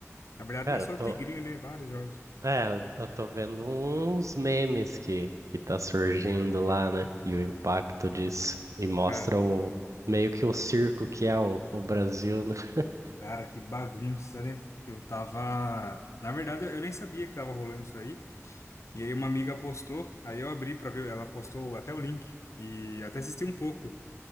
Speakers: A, on the left (about 70°); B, on the right (about 85°).
A: Na verdade,
B: cara,
A: não é só
B: eu tô,
A: o Tigrinho, né? Vários jogos.
B: é, eu tô vendo uns memes que, que tá surgindo lá, né? E o impacto disso. E mostra
A: Cara,
B: o, meio que o circo que é o, o Brasil, né? <laughs>
A: cara, que bagunça, né? Eu tava. Na verdade, eu nem sabia que tava rolando isso aí. E aí, uma amiga postou, aí eu abri pra ver, ela postou até o link. E até assisti um pouco.